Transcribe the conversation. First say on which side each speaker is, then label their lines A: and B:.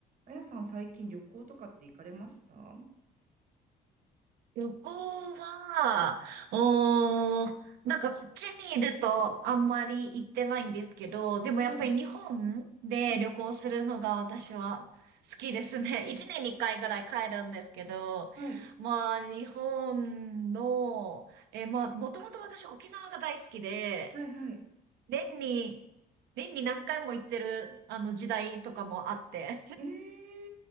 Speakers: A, on the right; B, on the right.
A: あやさん、最近旅行とかって行かれましたは
B: 旅行は、うーん、なんかこっちにいるとあんまり行ってないんですけど、でもやっぱり日本で旅行するのが私は好きですね。
A: い。うん。
B: <laughs>
A: あ、
B: 一年に一回ぐらい帰るんですけど、
A: はい。
B: まあ日本の、えーまあもともと私沖縄が大好きで、
A: はい、はい。
B: 年に、年に何回も行ってるあの時代とかもあって、
A: えー、